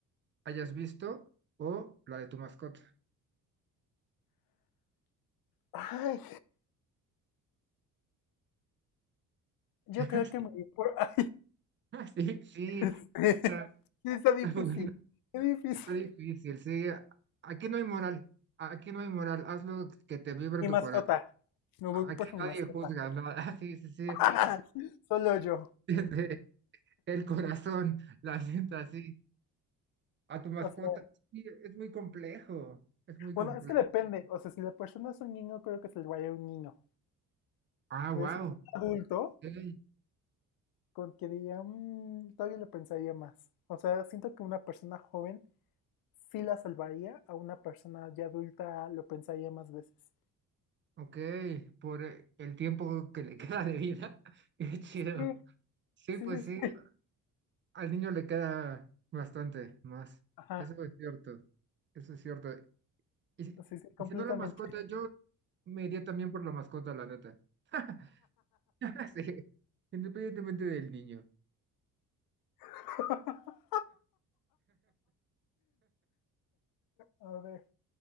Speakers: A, on the right; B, on the left.
A: hayas visto, o la de tu mascota?
B: Ay, Yo
A: <laughs>
B: creo que me voy por... <laughs> Ay,
A: Ah, Sí, sí,
B: Este,
A: está, <laughs>
B: sí, está difícil.
A: está bueno,
B: Qué difícil.
A: está difícil, sí. Aquí no hay moral, aquí no hay moral, haz lo que te vibre
B: Mi
A: tu
B: mascota.
A: corazón.
B: Me voy
A: Aquí
B: por mi
A: nadie
B: mascota.
A: juzga, ¿no? <laughs> Ah, sí, sí, sí,
B: <laughs> Solo yo.
A: desde el corazón, <laughs> la neta, sí. A tu mascota,
B: O sea,
A: sí, es muy complejo, es muy
B: bueno,
A: complejo.
B: es que depende. O sea, si la persona es un niño, creo que se le vaya un niño.
A: Ah,
B: Pero
A: wow,
B: si es un adulto,
A: ok,
B: con que diría, "Mm, todavía lo pensaría más. O sea, siento que una persona joven sí la salvaría, a una persona ya adulta lo pensaría más veces.
A: ok, por eh, el tiempo que le <laughs> queda de vida, <laughs> qué chido.
B: Sí,
A: Sí,
B: sí,
A: pues
B: sí,
A: sí,
B: sí.
A: al niño le queda bastante más,
B: Ajá,
A: eso es cierto. Eso es cierto. Y si,
B: sí, sí, completamente.
A: y si no la mascota, yo me iría también por la mascota, la neta. <laughs> Sí, independientemente del niño.
B: <laughs> A ver,